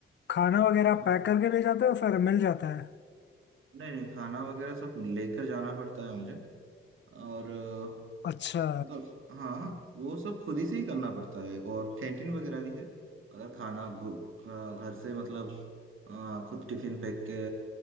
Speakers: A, on the left; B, on the right.
A: खाना वगैरह
B: हाँ
A: पैक करके ले जाते हो फिर मिल जाता है
B: नहीं नहीं खाना वगैरह सब लेकर जाना पड़ता है मुझे और अ,
A: अच्छा
B: मतलब हाँ वो सब खुद ही से ही करना पड़ता है और कैंटीन वगैरह भी है अगर खाना घु- अ, घर से मतलब अ, खुद टिफिन पैक के